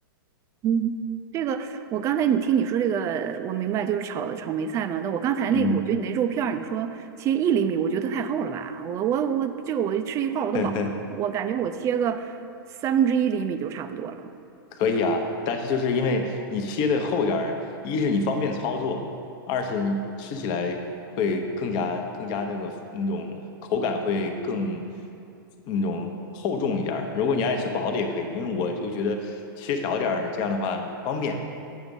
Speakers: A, on the right (about 25°); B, on the left (about 35°).
A: 嗯，这个我刚才你听你说这个，我明白就是炒炒梅菜嘛。那我刚才那个，
B: 嗯，
A: 我觉得你那肉片儿，你说切一厘米，我觉得太厚了吧？我我我，这个我吃一块儿我都饱了。
B: <laughs>
A: 我感觉我切个三分之一厘米就差不多了，
B: 可以啊，但是就是因为你切的厚点儿，一是你方便操作，二是你吃起来会更加更加那个那种口感会更那种厚重一点儿。如果你爱吃薄的也可以，因为我就觉得切小点儿这样的话方便。